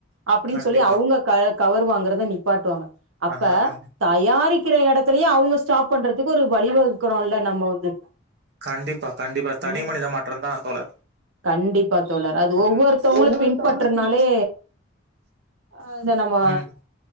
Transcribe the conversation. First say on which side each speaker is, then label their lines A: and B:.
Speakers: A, on the right; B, on the right.
A: அப்டின்
B: கண்டிப்பா
A: சொல்லி அவுங்க க கவர் வாங்கறதா நிப்பாட்டுவாங்க அப்ப
B: ஆ ஆ,
A: தயாரிக் கிற எடத்தலயும் அவுங்க ஸ்டாப் பண்றதுக்கு ஒரு வழிவ க்கறோம் இல்ல நம்ம வந்து
B: கண்டிப்பா கண்டிப்பா தனி
A: ம்
B: மனித மாற்றந்தா தோழர்
A: கண்டிப்பா தோழர் அது
B: ம்
A: ஒவ்வொருத்தவங்களும்
B: ஒவ்வொருத்தவங்களுக்கு
A: பின்பற்றுனாலே அத நம்ம
B: ம்